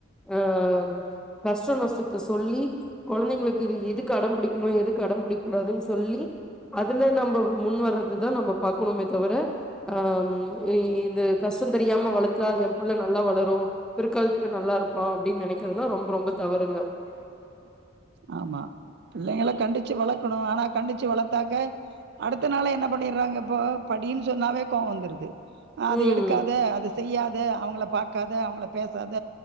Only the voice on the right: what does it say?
<inaudible> ஆமா பிள்ளைங்கள கண்டுச்சு வளக்கணு ஆனா கண்டுச்சு வளத்தாக்க அடுத் துனாலே என்ன பண்ணிற்றாங்க இப்போ படின் சொன்னாவே கோ வந்துருது அது
எடுக்காத அத செய்யாத அவங்கள பாக் க்காத அவுங்ள பேசாத